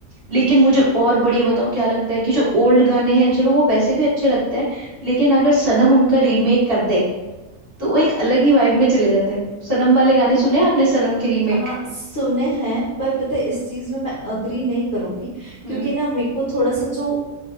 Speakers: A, on the right; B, on the left.
A: लेकिन मुझे और बढ़िया बताऊं क्या लगता है कि जो ओल्ड गाने हैं चलो वो वैसे भी अच्छे लगते हैं लेकिन अगर सनम उनका रीमेक कर दे तो वो एक अलग ही वाइब में चले जाते हैं वो सनम वाले गाने सुने हैं आपने सनम की रीमेक
B: हाँ सुने हैं पर पता है इस चीज में मैं अग्री नहीं करूंगी
A: हम्म
B: क्योंकि ना मेरे को थोड़ा सा जो